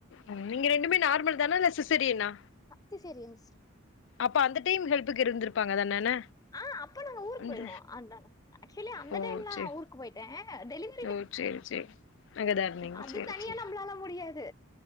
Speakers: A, on the left (about 65°); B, on the left (about 20°).
A: ம் நீங்க ரெண்டுமே நார்மல் தானா இல்ல சிசேரியனா
B: சிசேரியன்ஸ்டர்
A: அப்ப அந்த டைம் ஹெல்ப்புக்கு இருந்துருப்பாங்க தானேன
B: ஆ அப்ப நாங்க ஊருக்கு
A: அந்த
B: போய்டுவோ அந்தாள அக்சுவலி அந்த
A: ஓ
B: டைம்லா
A: சேரி
B: ஊருக்கு போயிட்டே டெலிவ்
A: ஓ சேர் சே அங்கதா இர்ண்திங்
B: அது
A: சேரி
B: தனியா
A: சே
B: நம்மளால முடியாது